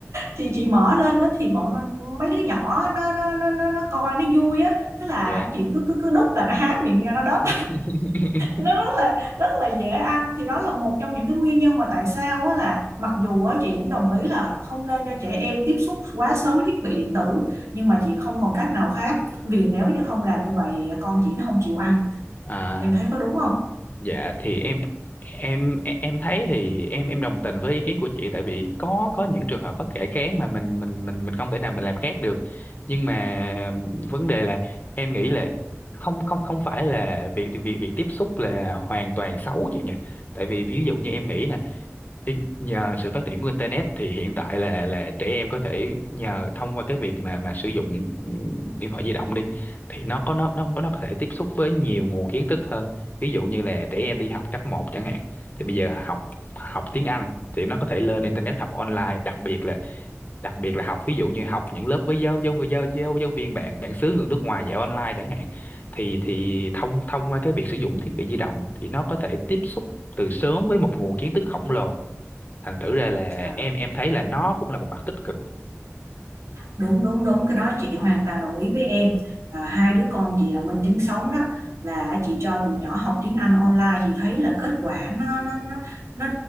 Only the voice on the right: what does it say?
thì chị mở lên đó thì bọn nó, mấy đứa nhỏ nó nó nó nó, nó coi nó vui á thế là
chị cứ cứ cứ đút là nó há miệng ra nó đớp
nó rất là rất là dễ ăn thì đó là một trong những cái nguyên nhân mà tại sao á là mặc dù á chị cũng đồng ý là không nên cho trẻ em tiếp xúc quá sớm với thiết bị điện tử nhưng mà chị không còn cách nào khác vì nếu như không làm như vậy con chị nó không chịu ăn
em thấy có đúng không
À.
đúng đúng đúng cái đó chị hoàn toàn đồng ý với em à, hai đứa con chị là minh chứng sống đó là chị cho tụi nhỏ học tiếng Anh online chị thấy là kết quả nó nó nó nó,